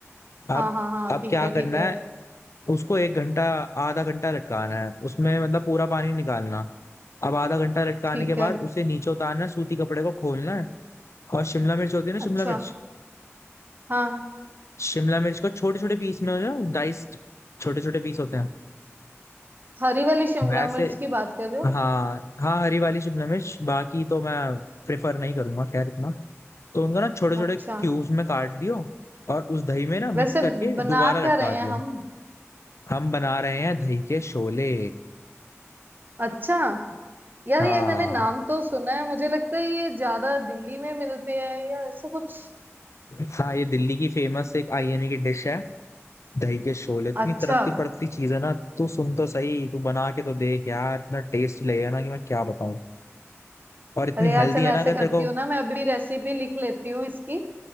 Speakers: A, on the left (about 70°); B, on the right (about 40°).
A: अब
B: हाँ हाँ हाँ
A: अब
B: ठीक
A: क्या
B: है
A: करना
B: ठीक है
A: है उसको एक घंटा आधा घंटा लटकाना है उसमें मतलब पूरा पानी निकालना अब आधा घंटा लटकाने
B: ठीक
A: के
B: है
A: बाद उसे नीचे उतारना है, सूती कपड़े को खोलना है और शिमला मिर्च होती है ना शिमला
B: अच्छा
A: मिर्च
B: हाँ
A: शिमला मिर्च को छोटे छोटे पीस में हो जाए डाइस्ड छोटे छोटे पीस होते हैं
B: हरी वाली शिमला
A: वैसे
B: मिर्च की बात कर रहे हो
A: हाँ हाँ हरी वाली शिमला मिर्च बाकी तो मैं प्रेफर नहीं करूंगा खैर इतना तो उनको ना छोटे छोटे
B: अच्छा
A: क्यूब्स में काट दियो और उस दही में ना मिक्स
B: वैसे
A: करके
B: बना
A: दोबारा
B: क्या
A: लटका
B: रहे
A: दियो
B: हैं हम
A: हम बना रहे हैं दही के शोले
B: अच्छा यार
A: हाँ
B: ये मैंने नाम तो सुना है मुझे लगता है ये ज्यादा दिल्ली में मिलते हैं या ऐसा कुछ
A: हाँ ये दिल्ली की फेमस एक आईएमए की डिश है दही के शोले इतनी
B: अच्छा
A: तड़कती फड़कती चीज है ना तू सुन तो सही तू बना के तो देख यार इतना टेस्ट लगेगा ना कि मैं क्या बताऊं और इतनी
B: अरे यार
A: हेल्दी
B: चल
A: है
B: ऐसे
A: ना अगर
B: करती
A: तेरे को
B: हूँ ना मैं अभी रेसिपी लिख लेती हूँ इसकी